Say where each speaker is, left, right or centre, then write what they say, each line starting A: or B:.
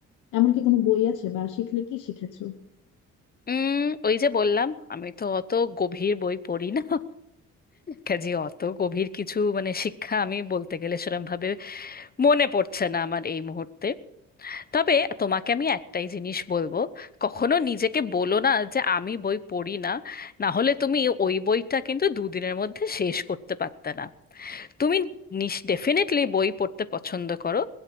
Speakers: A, on the left (about 85°); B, on the left (about 30°).
A: এমন কি কোনো বই আছে বা শিখলে কি শিখেছো
B: উম ওই যে বললাম আমি তো অত গভীর বই পড়ি না কাজে অত গভীর কিছু মানে শিক্ষা আমি বলতে গেলে সেরম ভাবে মনে পড়ছে না আমার এই মুহূর্তে তবে তোমাকে আমি একটাই জিনিস বলবো কখনো নিজেকে বলো না যে আমি বই পড়ি না না হলে তুমি ওই বইটা কিন্তু দুদিনের মধ্যে শেষ করতে পারতে না তুমি নিস ডেফিনেটলি বই পড়তে পছন্দ করো